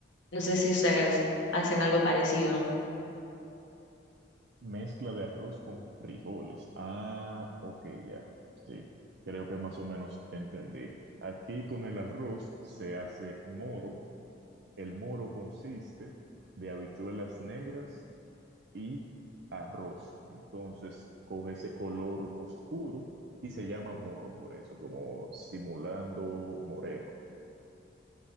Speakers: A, on the left; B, on the right.
A: No sé si ustedes hacen algo parecido.
B: Mezcla de arroz con frijoles. Ah, ok, ya, sí, creo que más o menos entendí. Aquí con el arroz se hace moro El moro consiste de habichuelas negras y arroz. Entonces coge ese color oscuro y se llama moro por eso, como simulando moreno.